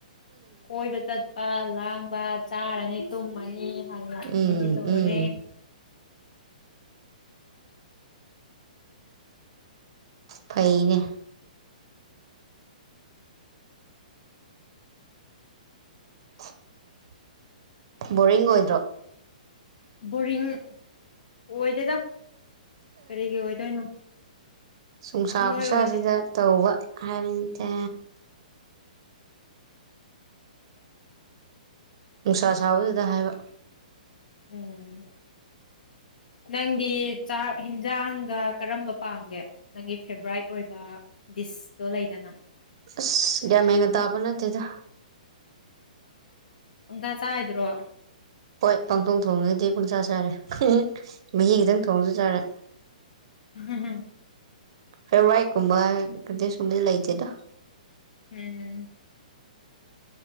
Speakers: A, on the left (about 80°); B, on the right (about 40°).
A: ꯀꯣꯏꯕ ꯆꯠꯄ ꯂꯥꯡꯕ ꯆꯥꯔꯅꯤ ꯇꯨꯝꯃꯅꯤ ꯍꯜꯂꯛꯑꯅꯤ
B: ꯎꯝ
A: ꯂꯣꯏꯔꯦ
B: ꯎꯝ ꯐꯩꯅꯦ <inaudible> ꯕꯣꯔꯤꯡ ꯑꯣꯏꯗ꯭ꯔꯣ
A: ꯕꯣꯔꯤꯡ ꯑꯣꯏꯗꯦꯗ ꯀꯔꯤꯒꯤ ꯑꯣꯏꯗꯣꯏꯅꯣ
B: ꯅꯨꯡꯁꯥ
A: ꯁꯨꯡꯑꯣꯏ
B: ꯈꯨꯠꯁꯥꯁꯤꯗ
A: ꯑꯣꯏꯗꯦ
B: ꯇꯧꯕ ꯍꯥꯏꯕꯅꯤꯇ ꯅꯨꯡꯁꯥ ꯁꯥꯕꯗꯨꯗ ꯍꯥꯏꯕ
A: ꯎꯝ ꯅꯪꯗꯤ ꯆꯥꯛ ꯍꯦꯟꯖꯥꯡꯗ ꯀꯔꯝꯕ ꯄꯥꯝꯒꯦ ꯅꯪꯒꯤ ꯐꯦꯚꯣꯔꯥꯏꯠ ꯑꯣꯏꯕ ꯏꯁ ꯇꯣ ꯂꯩꯗꯅ
B: ꯑꯁ ꯒ꯭ꯌꯥ ꯃꯦꯒ ꯇꯥꯕ ꯅꯠꯇꯦꯗ
A: ꯄꯪꯆꯥ ꯆꯥꯏꯗꯨꯔꯣ
B: ꯍꯣꯏ ꯄꯪꯊꯣꯡ ꯊꯣꯡꯉꯗꯤ ꯄꯨꯡꯆꯥ ꯆꯥꯔꯦ ꯃꯍꯤ ꯈꯤꯇꯪ ꯊꯣꯡꯁꯨ ꯆꯥꯔꯦ
A: <unintelligible>
B: ꯐꯦꯕꯋꯥꯏꯠ ꯀꯨꯝꯕ ꯀꯗꯤ ꯁꯨꯡꯂꯩ ꯂꯩꯇꯦꯗ
A: ꯎꯝ